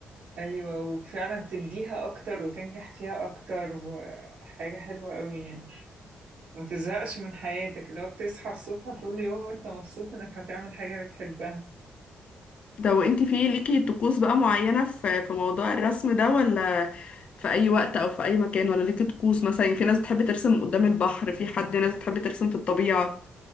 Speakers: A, on the right (about 75°); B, on the left (about 50°).
A: أيوة وفعلا تديها أكتر وتنجح فيها أكتر وحاجة حلوة أوي يعني ما تزهقش من حياتك لو بتصحى الصبح كل يوم وأنت مبسوط إنك هتعمل حاجة بتحبها
B: ده وانت في ليكي طقوس بقى معينة في في موضوع الرسم ده ولا في اي وقت او في اي مكان ولا ليكي طقوس مثلا يعني في ناس بتحب ترسم قدام البحر في حد ناس بتحب ترسم في الطبيعة